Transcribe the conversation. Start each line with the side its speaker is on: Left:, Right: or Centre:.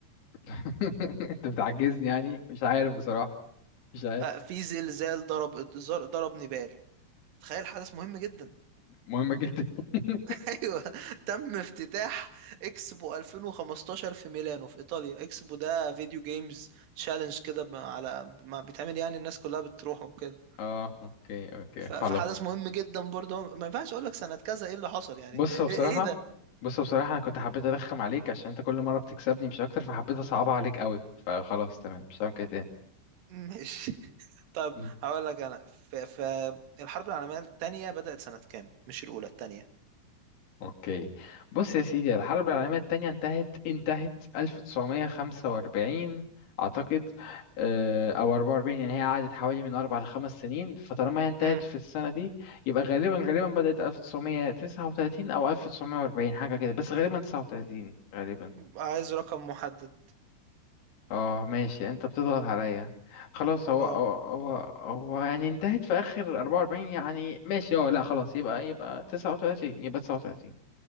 Left: <laughs> انت بتعجزني يعني مش عارف بصراحة مش عارف
Right: آه، في زلزال ضرب ضرب نيبال تخيل حدث مهم جدا
Left: مهمة جدا <laughs>
Right: <laughs> ايوه تم افتتاح اكسبو 2015 في ميلانو في ايطاليا اكسبو ده فيديو جيمز تشالنج كده ب- على ما بيتعمل يعني الناس كلها بتروح وكده
Left: اه اوكي اوكي
Right: ف-
Left: خلاص
Right: فحدث مهم جدا برضه ما ينفعش اقول لك سنة كذا ايه اللي حصل يعني
Left: بص هو بصراحة
Right: ايه إيه ده
Left: بص هو بصراحة انا كنت حبيت ارخم عليك عشان انت كل مرة بتكسبني مش اكتر فحبيت اصعبها عليك قوي فخلاص تمام مش هعمل كده
Right: ماشي <laughs> طب
Left: تاني
Right: هقول لك انا فالحرب العالمية التانية بدأت سنة كام مش الاولى التانية
Left: اوكي بص يا سيدي الحرب العالمية التانية انتهت انتهت 1945 اعتقد آه، او 44 يعني هي قعدت حوالي من اربع لخمس سنين فطالما هي انتهت
Right: امم
Left: في السنة دي يبقى غالبا غالبا بدأت 1939 او 1940 حاجة كده بس غالبا 39 غالبا
Right: عايز رقم محدد
Left: اه ماشي انت بتضغط عليا خلاص هو
Right: اه
Left: هو هو هو يعني انتهت في اخر 44 يعني ماشي اه لا خلاص يبقى يبقى 39 يبقى 39